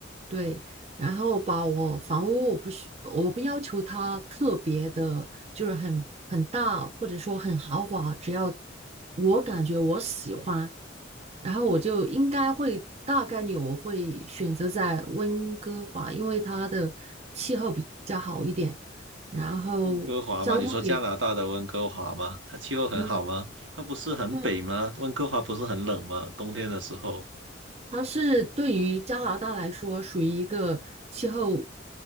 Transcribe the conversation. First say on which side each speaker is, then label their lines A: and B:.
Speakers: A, on the right (about 35°); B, on the right (about 70°).
A: 对，然后把我房屋我不需我不要求它特别的，就是很很大或者说很豪华，只要我感觉我喜欢，然后我就应该会大概率我会选择在温哥华，因为它的气候比较好一点，然后交通也
B: 温哥华吗？你说加拿大的温哥华吗？它气候很好吗？
A: 嗯，
B: 它不是很北吗？
A: 那
B: 温哥华不是很冷吗？冬天的时候，
A: 它是对于加拿大来说属于一个气候